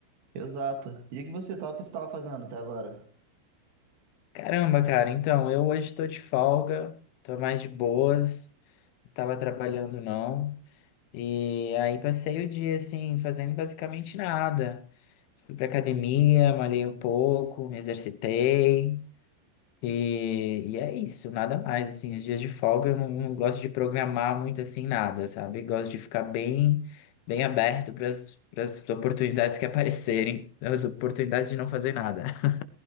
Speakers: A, on the right (about 55°); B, on the left (about 80°).
A: Exato. E o que você tá, o que você tava fazendo até agora?
B: Caramba, cara, então, eu hoje tô de folga, tô mais de boas, não tava trabalhando não. E aí passei o dia, assim, fazendo basicamente nada. Fui pra academia, malhei um pouco, me exercitei. E, e é isso, nada mais, assim, os dias de folga eu não, não gosto de programar muito, assim, nada, sabe? Gosto de ficar bem, bem aberto para as oportunidades que <laughs> aparecerem, as oportunidades de não fazer nada. <laughs>